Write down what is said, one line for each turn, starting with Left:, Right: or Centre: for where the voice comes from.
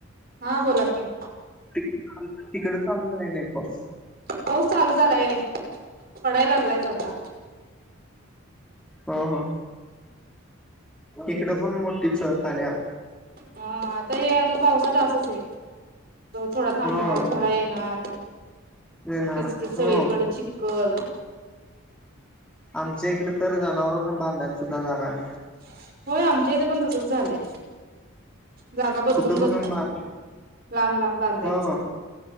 Right: हा बोला की.
Centre: तिकड चालु झालाय नाही इ पाऊस?
Right: पाऊस चालू चालाय पडाय लागलायच आता.
Centre: ह हो इकड पण मोठीचह आल्या.
Right: हा आता हे आता पावसात असच ये. थोडा थांबणार
Centre: हो
Right: थोडा येणार
Centre: येणार
Right: किचकिच सळीकडे
Centre: हो
Right: चिक- कल-
Centre: आमच्या इकड तर जनावरांना बांधाल सुद्धा जागा नाय.
Right: ह होय आमच्या इथं पण तसच झालंय. जागा बदलून
Centre: कुठं म्हणून
Right: बदलून
Centre: बांध
Right: लांब लांब बांधायचा.
Centre: हो